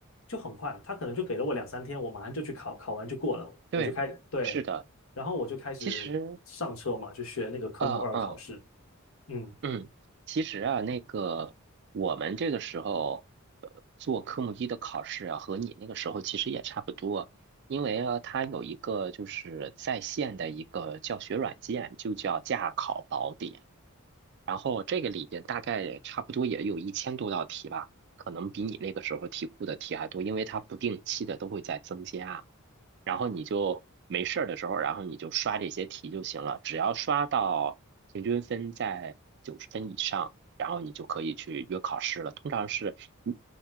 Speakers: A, on the left; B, on the right.
A: 就很快，他可能就给了我两三天，我马上就去考，考完就过了，
B: 对，
A: 我就开，对，
B: 是的。
A: 然后我就开始上车嘛，
B: 其实，
A: 就学那个科目二考试。
B: 呃嗯。
A: 嗯，
B: 嗯，其实啊，那个我们这个时候，呃，做科目一的考试啊，和你那个时候其实也差不多，因为啊，它有一个就是在线的一个教学软件，就叫驾考宝典。然后这个里边大概也差不多也有一千多道题吧，可能比你那个时候题库的题还多，因为它不定期的都会在增加。然后你就没事儿的时候，然后你就刷这些题就行了。只要刷到平均分在九十分以上，然后你就可以去约考试了。通常是，嗯